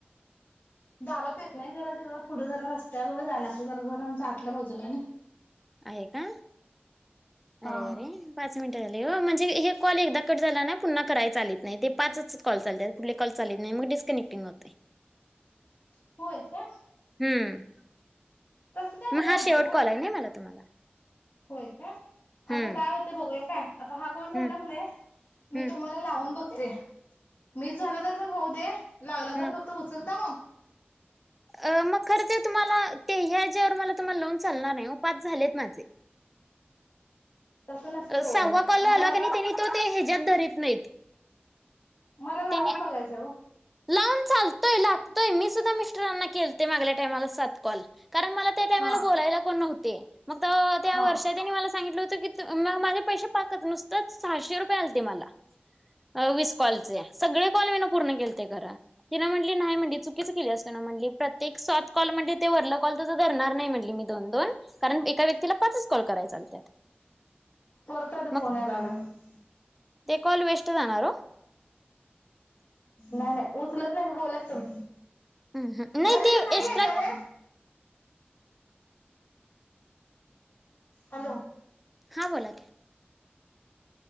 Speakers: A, on the left; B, in the centre.
A: दारात येत नाही जरा तिकडं पुढं जरा रस्त्याकडे जायला लागत जरा घर आमच्या आतल्या बाजूला आहे नाही.
B: आहे का अरे
A: हा हा
B: अरे पाच मिनिट झाले ओ म्हणजे हे कॉल एकदा कट झाला ना पुन्हा कराय चालत नाही, ते पाच कॉल चालत पुढले कॉल चालत नाही मग डिस्कनेक्टिंग होते.
A: होय काय.
B: हम्म.
A: तसं काय नाही
B: मग हा
A: वाटत
B: शेवट
A: ओ
B: कॉल आहे. नाही मला तुम्हाला.
A: होय काय
B: हम्म
A: आता काय होत बघूया काय? आता हा कॉल झाला
B: हम्म
A: कणी मी
B: हम्म
A: तुम्हाला लावून बघ ते मीस झालं तर पण होऊ दे! लागला
B: हम्म
A: तर करतो उचलता मग. <inaudible>
B: अ मग खरं तर तुम्हाला ते ह्याच्यावर मला तुम्हाला लावून चालणार नाही ओ पाच झालेत माझे.
A: तसं नसते हो
B: सव्वा
A: म्हणजे
B: कॉल आला
A: मला
B: कणी त्यानी तो हे त धरीत नाहीत.
A: मला लावून
B: त्यांनी
A: बघायचं हो.
B: लावून चालतोय लागतोय मी सुद्धा मिस्टरांना केलते. मागल्या टामाला सात कॉल कारण मला त्या टायमाला
A: हा
B: बोलायला कोण नव्हं ते. त त्या
A: हा
B: वर्षात त्यानी मला सांगितलं होत कि मग माझे पैसे पाकत नुसत सहाशे रुपये आलते मला वीस कॉलचे. सगळे कॉल मी ना पूर्ण केलते खर तिन म्हटली नाही म्हणली चुकीच केली तुन म्हटली प्रत्येक सात कॉल म्हण ते वरला कॉल तर धणार नाही म्हटली मी. दोन, कारण एका व्यक्तीला पाचच कॉल कराय चालत्या
A: परत आता
B: मग
A: फोन यायला लागलाय
B: ते कॉल वेस्ट जाणार ओ.
A: नाय नाय उचलत नाही मी बोलात तुम
B: नाही
A: बर
B: ते
A: त नाही
B: एक्स्ट्रा
A: हे कार हॅलो!
B: हा बोला